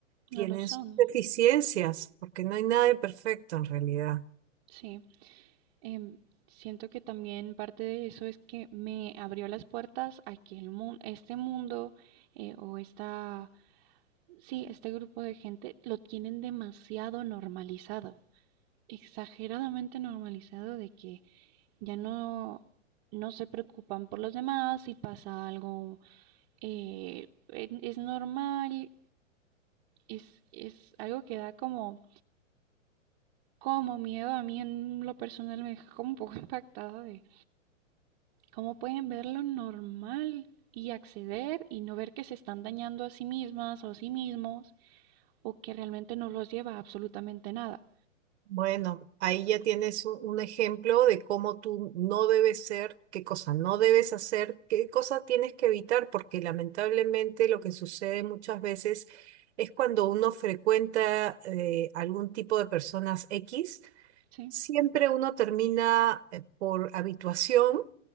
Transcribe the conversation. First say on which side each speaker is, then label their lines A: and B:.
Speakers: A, on the right; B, on the right.
A: tienen
B: No lo son.
A: sus deficiencias, porque no hay nada de perfecto en realidad.
B: Sí. Em, siento que también parte de eso es que me abrió las puertas a que el mundo, este mundo eh, o esta, sí, este grupo de gente lo tienen demasiado normalizado. Exageradamente normalizado de que ya no, no se preocupan por los demás, si pasa algo eh, en- es normal es, es algo que da como, como miedo a mí en lo personal, me deja como un poco <laughs> impactada de cómo pueden ver lo normal y acceder y no ver que se están dañando a sí mismas o a sí mismos o que realmente no los lleva a absolutamente nada.
A: Bueno, ahí ya tienes un, un ejemplo de cómo tú no debes ser, qué cosa no debes hacer, qué cosas tienes que evitar, porque lamentablemente lo que sucede muchas veces es cuando uno frecuenta eh, algún tipo de personas X,
B: Sí,
A: siempre uno termina eh, por habituación.